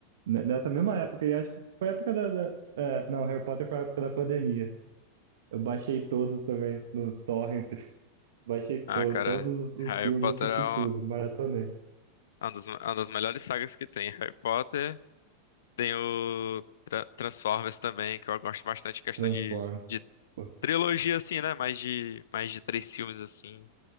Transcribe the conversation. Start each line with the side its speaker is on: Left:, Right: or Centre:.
Right: ne- Nessa mesma época, e acho que foi a época da. da- é, não, Harry Potter foi a época da pandemia. Eu baixei todos também no Torrent. <laughs> Baixei
Left: Ah,
Right: to,
Left: cara,
Right: todos os
Left: Harry
Right: filmes,
Left: Potter
Right: assisti
Left: é
Right: tudo,
Left: um-
Right: maratonei.
Left: uma das, uma das melhores sagas que tem. Harry Potter, tem o Tra- Transformers também, que eu gosto bastante, questão
Right: Transformers,
Left: de, de
Right: pô,
Left: trilogia, assim, né? Mais de, mais de três filmes, assim.